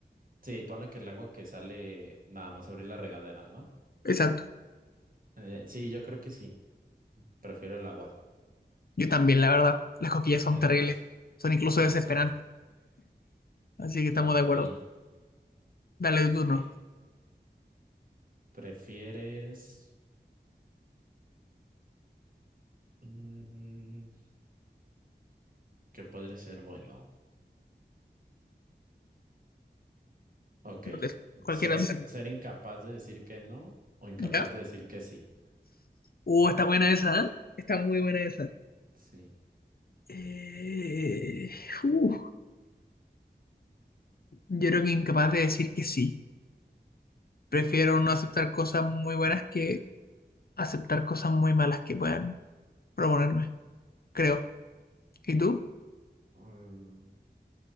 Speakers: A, on the right; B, on the left.
A: sí, ponle que el agua que sale nada más abrir la regadera, ¿no?
B: Exacto.
A: Eh, sí, yo creo que sí. Prefiero el agua.
B: Yo también, la verdad. Las cosquillas son
A: Es
B: terribles,
A: más,
B: son incluso
A: sí,
B: desesperantes,
A: claro.
B: así que
A: Sí,
B: estamos
A: por
B: de acuerdo.
A: ahí.
B: Dale tu
A: Ok.
B: turno.
A: ¿Prefieres... mm, qué podría ser bueno? Ok.
B: Lo que sea. Cualquiera.
A: Ser,
B: me
A: ser incapaz de decir que no o incapaz
B: ¿Ya?
A: de decir que sí.
B: Uh, está buena esa, ¿eh? Está muy buena esa.
A: Sí.
B: Eh, uh, yo creo que incapaz de decir que sí. Prefiero no aceptar cosas muy buenas que aceptar cosas muy malas que puedan proponerme, creo. ¿Y tú?
A: Mm,